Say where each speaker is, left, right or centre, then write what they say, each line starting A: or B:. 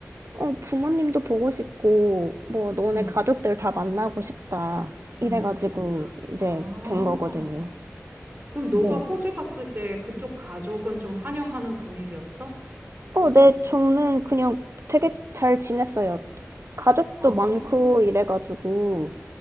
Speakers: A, on the right; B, on the right.
A: 어, 부모님도 보고 싶고, 뭐, 너네
B: 응,
A: 가족들 다 만나고 싶다. 이래가지고
B: 응.
A: 이제
B: 아,
A: 된 거거든요.
B: 그럼 너가
A: 네.
B: 호주 갔을 때 그쪽 가족은 좀 환영하는 분위기였어?
A: 어, 네, 저는 그냥 되게 잘 지냈어요. 가족도
B: 아.
A: 많고 이래가지고.